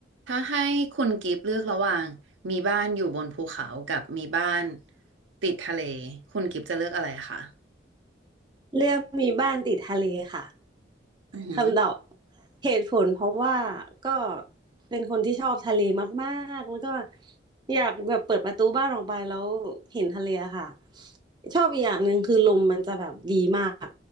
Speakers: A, on the right; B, on the right.
A: ถ้าให้คุณกิฟต์เลือกระหว่างมีบ้านอยู่บนภูเขากับมีบ้านติดทะเลคุณกิฟต์จะเลือกอะไรคะ
B: เรื่องมีบ้านติดทะเลค่ะ
A: อือหือ
B: คำตอบเหตุผลเพราะว่าก็เป็นคนที่ชอบทะเลมากๆแล้วก็อยากแบบเปิดประตูบ้านออกไปแล้วเห็นทะเลอะค่ะชอบอีกอย่างหนึ่งคือลมมันจะแบบดีมาก